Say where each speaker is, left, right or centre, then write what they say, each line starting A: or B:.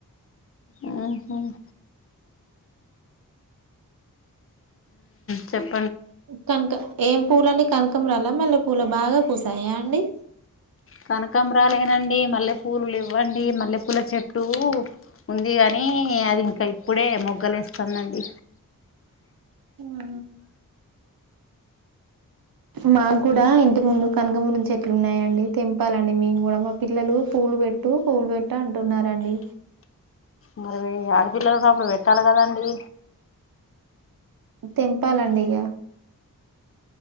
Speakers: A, on the left; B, on the right.
A: ఆహ హ్మ్మ్ చెప్
B: తనతో ఏం పూలన్నీ కనకంరాల మల్లే పూల బాగా పూసాయా అండి
A: కనకంరాలేనండి మల్లె పూలు లెవ్వండి మల్లెపూల చెట్టు ఉంది కాని అది ఇంకా ఇప్ ఇప్పుడే మొగ్గలేస్తుందండి
B: ఆహా మాకు కూడా ఇంటి ముందు కనకాంబరం చెట్లు ఉన్నాయండి తెంపాలండి మేము కూడా మా పిల్లలు పూలు పెట్టు పూలు పెట్టు అంటున్నారండి.
A: మరి ఆడపిల్లలు ఉన్నప్పుడు పెట్టాలి కదండి
B: తెంపాలండి ఇగ